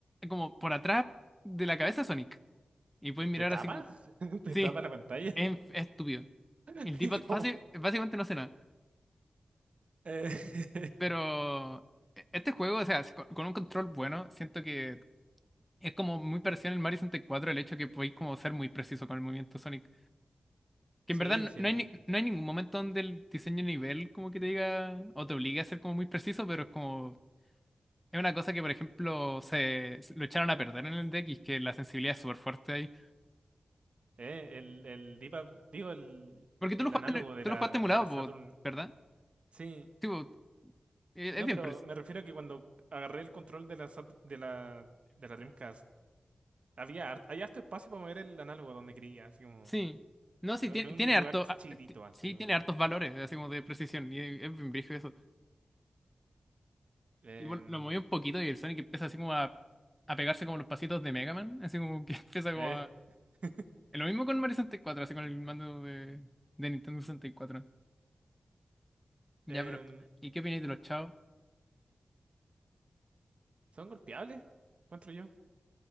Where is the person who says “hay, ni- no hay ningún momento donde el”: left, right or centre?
Centre